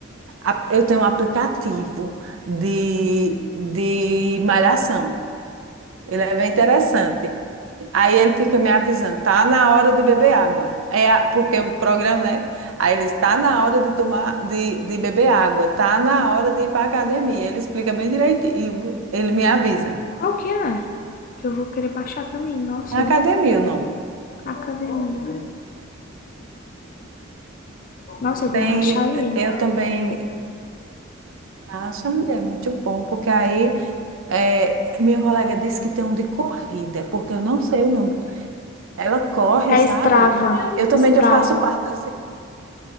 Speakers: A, on the right; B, on the left.
A: A- Eu tenho um aplicativo de, de malhação. Ele é bem interessante. Aí ele fica me avisando, tá na hora de beber água. É a- porque o programa, né? Aí ele está na hora de tomar, de, de beber água, tá na hora de ir para academia. Ele explica bem direitinho, ele me avisa.
B: Qual que é? Que eu vou querer baixar também. Nossa,
A: É
B: eu-
A: academia o nome.
B: academia. Nossa, eu vou
A: Tem,
B: baixar ele.
A: te- eu também acho, mulher, é muito bom, porque aí é, minha colega disse que tem um de corrida, porque eu não sei o nome. Ela corre,
B: É
A: sabe?
B: Strava.
A: Eu também
B: Strava.
A: eu faço parte desse